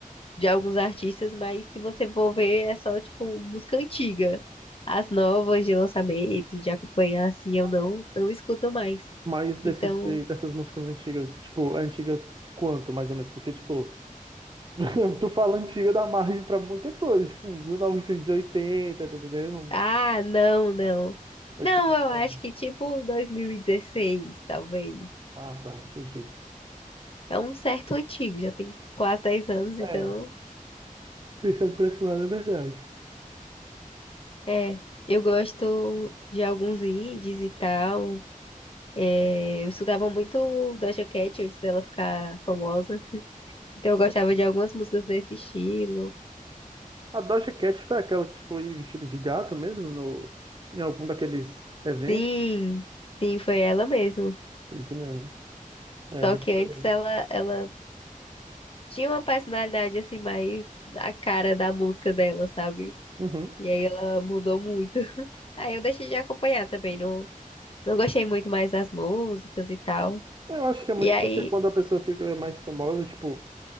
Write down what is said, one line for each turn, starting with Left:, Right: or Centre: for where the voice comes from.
Left: de alguns artistas, mas se você for ver, é só, tipo, música antiga. As novas de lançamento, de acompanhar, assim, eu
Right: Uhum.
Left: não, não escuto mais.
Right: Mas desses,
Left: Então,
Right: de- dessas músicas antigas, tipo, antiga quanto, mais ou menos? Porque, tipo, <laughs> tu fala antiga dá margem pra muita coisa, tipo, um 1980, tá entendendo?
Left: ah, não, não.
Right: É
Left: Não,
Right: tipo,
Left: eu
Right: é,
Left: acho que, tipo, 2016, talvez.
Right: ah, tá, entendi.
Left: É um certo antigo, já tem quase 10 anos, então,
Right: É, pensando por esse lado é verdade.
Left: é. Eu gosto de alguns indies e tal. É, eu escutava muito Doja Cat antes dela ficar famosa. Então eu gostava de algumas músicas nesse estilo.
Right: A Doja Cat foi aquela que foi vestida de gato mesmo no, em algum daqueles eventos,
Left: Sim, sim, foi ela mesmo.
Right: tá entendendo? É
Left: Só
Right: bem
Left: que
Right: diferente.
Left: antes ela, ela tinha uma personalidade assim mais a cara da música dela, sabe?
Right: Uhum.
Left: E aí ela mudou muito. <laughs> Aí eu deixei de acompanhar também, não, não gostei muito mais das músicas e tal.
Right: Eu acho que é muito
Left: E aí,
Right: porque quando a pessoa fica mais famosa, tipo,